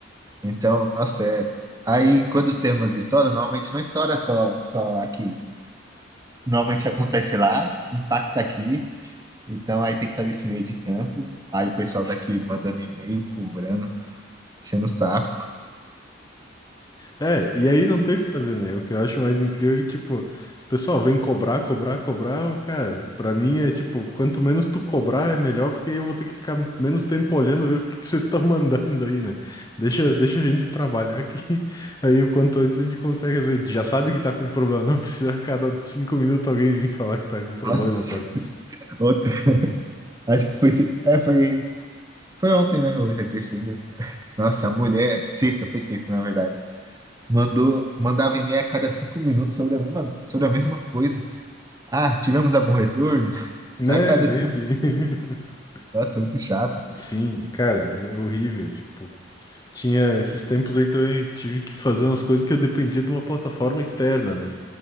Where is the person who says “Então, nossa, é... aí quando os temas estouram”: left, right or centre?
Right